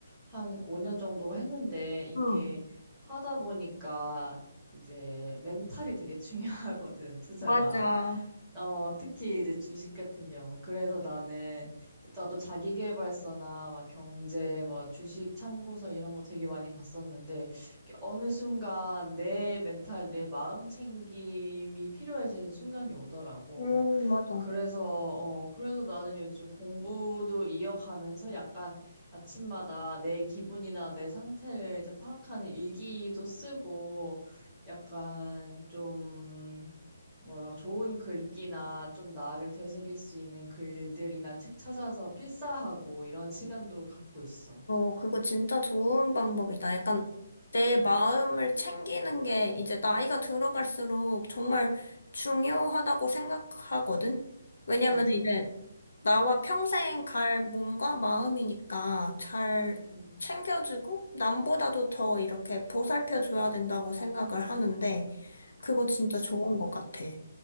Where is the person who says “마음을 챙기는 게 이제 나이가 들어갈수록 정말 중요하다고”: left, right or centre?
Left